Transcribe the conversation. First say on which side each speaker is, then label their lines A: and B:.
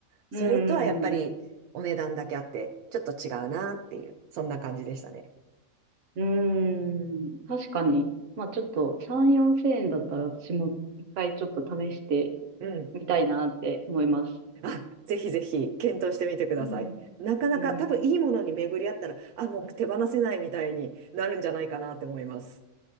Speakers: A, on the right; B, on the right.
A: それとはやっぱりお値段だけあって、
B: うん。
A: ちょっと違うなっていう、そんな感じでしたね。
B: うん。確かに。まあちょっと3、4千円だったら私も一回ちょっと試して
A: うん。
B: みたいなって思います。
A: あ、ぜひぜひ検討してみてください。
B: うん。
A: なかなか多分いいものに巡り合ったら、
B: うん。
A: あ、もう手放せないみたいになるんじゃないかなって思います。